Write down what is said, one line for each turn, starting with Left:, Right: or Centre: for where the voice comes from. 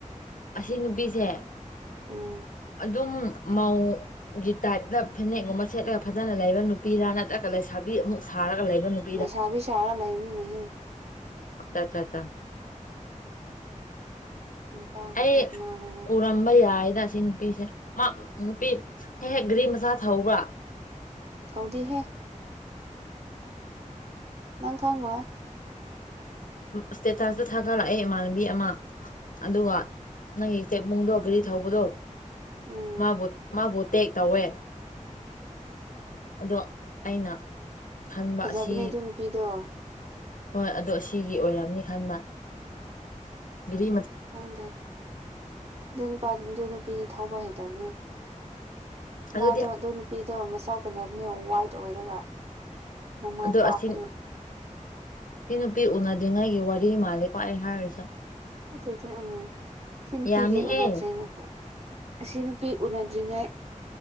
Left: ꯑꯁꯤ ꯅꯨꯄꯤꯁꯦ
Right: ꯎꯝ
Left: ꯑꯗꯨꯝ ꯃꯧ ꯒꯤ ꯇꯥꯏꯞꯇ ꯐꯅꯦꯛꯒꯨꯝꯕ ꯁꯦꯠꯂꯒ ꯐꯖꯅ ꯂꯩꯕ ꯅꯨꯄꯤꯔꯥ ꯅꯠꯇ꯭ꯔꯒ ꯂꯩꯁꯥꯕꯤ ꯑꯃꯨꯛ ꯁꯥꯔꯒ ꯂꯩꯕ ꯅꯨꯄꯤ
Right: ꯂꯩꯁꯥꯕꯤ ꯁꯥꯔ ꯂꯩꯕꯅꯤꯅꯦꯍꯦ
Left: ꯑꯆꯥ ꯆꯥ ꯆꯥ ꯆꯥ
Right: ꯅꯨꯄꯥꯒ
Left: ꯑꯩ
Right: ꯇꯣꯛꯅꯕꯅꯤꯅ
Left: ꯎꯔꯝꯕ ꯌꯥꯏꯗ ꯑꯁꯤ ꯅꯨꯄꯤꯁꯦ <unintelligible> ꯃꯥ ꯅꯨꯄꯤ ꯍꯦꯛ ꯍꯦꯛ ꯒ꯭ꯔꯤ ꯃꯆꯥ ꯊꯧꯕ꯭ꯔꯥ
Right: ꯊꯧꯗꯤꯍꯦ ꯅꯪ ꯈꯪꯉꯣꯏ
Left: ꯏ꯭ꯁꯇꯦꯇꯥ꯭ꯁꯇ ꯊꯥꯒꯠꯂꯛꯑꯦ ꯏꯃꯥꯟꯅꯕꯤ ꯑꯃ ꯑꯗꯨꯒ ꯅꯪꯒꯤ ꯆꯦꯛꯃꯨꯡꯗꯣ <unintelligible> ꯒꯔꯤ ꯊꯧꯕꯗꯣ
Right: ꯎꯝ
Left: ꯃꯥꯕꯨ ꯃꯥꯕꯨ ꯇꯦꯛ ꯇꯧꯋꯦ ꯑꯗꯣ ꯑꯩꯅ ꯈꯟꯕ
Right: ꯐꯖꯕꯅꯦ
Left: ꯑꯁꯤ
Right: ꯑꯗꯨ ꯅꯨꯄꯤꯗꯣ
Left: ꯍꯣꯏ ꯑꯗꯣ ꯁꯤꯒꯤ ꯑꯣꯏꯔꯝꯅꯤ ꯈꯟꯕ ꯒꯔꯤ
Right: ꯈꯪꯗꯦ ꯑꯗꯨ ꯅꯨꯄꯥ ꯑꯗꯨ ꯅꯨꯄꯤꯗꯤ ꯊꯧꯕ ꯍꯩꯇꯕꯅꯦ
Left: ꯑꯗꯨꯗꯤ
Right: ꯃꯥꯗꯣ ꯑꯗꯨ ꯅꯨꯄꯤꯗꯣ ꯃꯁꯛ ꯐꯖꯕꯅꯦ ꯋꯥꯏꯠ ꯑꯣꯏꯔꯒ ꯃꯃꯥꯏ
Left: ꯑꯗꯣ
Right: ꯄꯥꯛꯄꯅꯦ
Left: ꯑꯁꯤ ꯁꯤ ꯅꯨꯄꯤ ꯎꯅꯗꯤꯉꯥꯏꯒꯤ ꯋꯥꯔꯤ ꯃꯥꯜꯂꯦꯀꯣ ꯑꯩ ꯍꯥꯏꯔꯤꯁꯦ
Right: ꯑꯗꯨꯗꯤ ꯑꯪ ꯁꯤ ꯅꯨꯄꯤꯒꯩ
Left: ꯌꯥꯝꯃꯤꯍꯦ
Right: ꯎꯟꯅꯗ꯭ꯔꯤꯅꯦ ꯑꯁꯤ ꯅꯨꯄꯤ ꯎꯅꯗ꯭ꯔꯤꯉꯩ